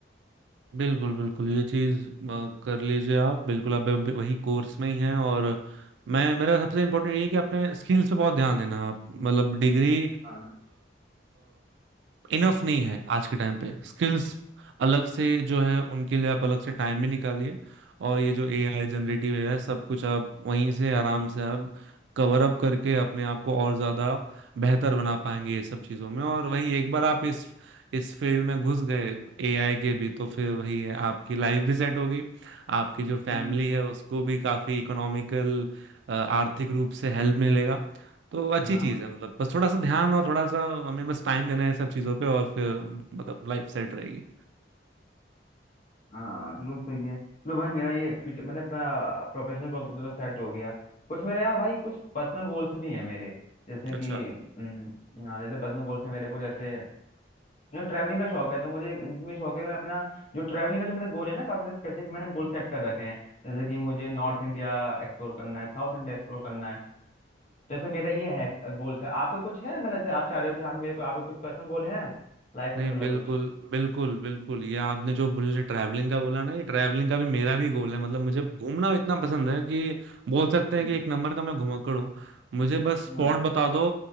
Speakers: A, on the right; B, on the left.
A: बिल्कुल बिल्कुल ये चीज कर लीजिए आप बिल्कुल आप अभी वही कोर्स में ही हैं और मैं मेरा सबसे इम्पोर्टेंट ये है कि अपने स्किल्स पे बहुत ध्यान देना आप मतलब डिग्री
B: हाँ
A: इनफ नहीं है आज के टाइम पे स्किल्स अलग से जो है उनके लिए आप अलग से टाइम भी निकालिए और ये जो एआई जनरेटिव एआई सब कुछ आप वहीं से आराम से आप कवर अप करके अपने आप को और ज्यादा बेहतर बना पाएंगे ये सब चीजों में और वही एक बार आप इस इस फील्ड में घुस गए एआई के भी तो फिर वही है आपकी लाइफ भी सेट होगी आपकी जो फैमिली
B: हम्म
A: है उसको भी काफी इकोनॉमिकल आर्थिक रूप से हेल्प मिलेगा तो अच्छी
B: हाँ
A: चीज है मतलब बस थोड़ा सा ध्यान और थोड़ा सा हमें बस टाइम देना है सब चीजों पे और फिर मतलब लाइफ सेट रहेगी
B: हाँ चलो सही है चलो भाई मेरा ये फ्यूचर मैंने अपना प्रोफेशनल गोल तो चलो सेट हो गया कुछ मेरे यार भाई कुछ पर्सनल गोल्स भी हैं मेरे जैसे
A: अच्छा
B: कि हम्म, हाँ जैसे पर्सनल गोल्स है मेरे को जैसे मुझे ट्रैवलिंग का शौक है तो मुझे इसमें शौक है कि मैं अपना जो ट्रैवलिंग का जो मेरा गोल है ना काफी स्पेसिफिक मैंने गोल सेट कर रखे हैं जैसे कि मुझे नॉर्थ इंडिया एक्सप्लोर करना है साउथ इंडिया एक्सप्लोर करना है जैसे मेरा ये है गोल्स है आपके कुछ है मतलब जैसे आप चाह रहे हो कि हाँ मेरे को आपके कुछ पर्सनल गोल हैं लाइफ
A: नहीं
B: में मतलब
A: बिल्कुल
B: कुछ
A: बिल्कुल बिल्कुल ये आपने जो मुझे ट्रैवलिंग का बोला ना ये ट्रैवलिंग का भी मेरा भी गोल है मतलब मुझे घूमना इतना पसंद है कि बोल सकते हैं
B: हम्म,
A: कि एक नंबर का मैं घुमक्कड़ हूँ मुझे बस स्पॉट
B: हाँ
A: बता दो